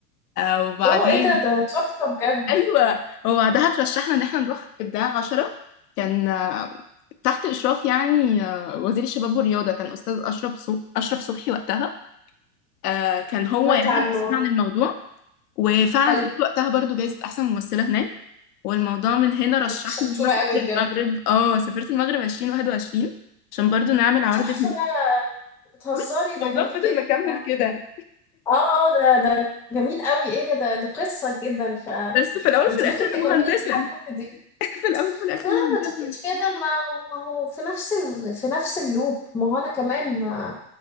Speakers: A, on the left; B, in the centre.
A: آه وبعدين
B: الله ايه ده ده تحفة بجد
A: ايوه وبعدها ترشحنا ان احنا نروح ابداع عشرة كان آه، تحت اشراف يعني آه، وزير الشباب والرياضه كان استاذ اشرف صب- اشرف صبحي وقتها آه كان هو
B: سمعت
A: يعني
B: عنه
A: اللي مسؤول عن الموضوع وفعلا
B: حلو
A: خدت وقتها برضو جايزة أحسن ممثلة هناك والموضوع من هنا رشحني
B: شطورة
A: إن أنا أسافر
B: قوي بجد
A: المغرب اه سافرت المغرب 2021 عشان برضو نعمل عرض
B: تحفة
A: هناك
B: بتهزري
A: بس الموضوع
B: ده جميل
A: فضل
B: جدا
A: مكمل
B: يعني
A: كده
B: اه اه ده ده جميل قوي ايه ده ده ده قصة جدا ف
A: بس في الأول وفي
B: انت
A: الآخر
B: ممكن
A: أنا
B: تكملي
A: مهندسة
B: التحدوتة دي
A: في الأول وفي الآخر
B: لا
A: مهندسة
B: ما تقوليش كده ما هو ما هو في نفس ال... في نفس اللوب ما هو انا كمان ما